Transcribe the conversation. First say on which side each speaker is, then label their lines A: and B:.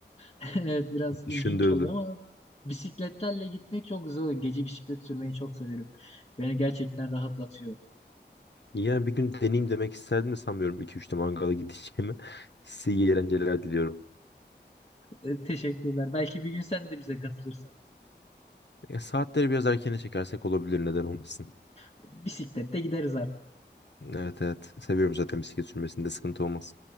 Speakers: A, on the left; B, on the left.
A: <laughs> Evet biraz ilginç
B: <laughs> Düşündürdü.
A: oluyor ama bisikletlerle gitmek çok güzel oluyor. Gece bisiklet sürmeyi çok severim. Beni gerçekten rahatlatıyor.
B: Yani bir gün deneyeyim demek isterdim de sanmıyorum iki üçte mangala gideceğimi. Size iyi eğlenceler diliyorum.
A: E, teşekkürler. Belki bir gün sen de bize katılırsan.
B: Ya saatleri biraz erkene çekersek olabilir neden olmasın.
A: Bisiklette gideriz
B: Evet evet. Seviyorum zaten bisiklet sürmesinde sıkıntı olmaz.